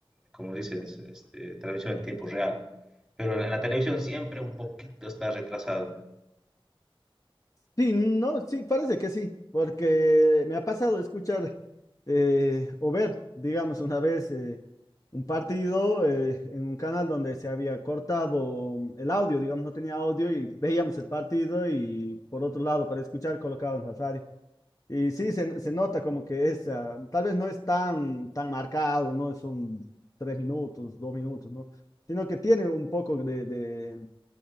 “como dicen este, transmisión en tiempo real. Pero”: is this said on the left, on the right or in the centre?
Centre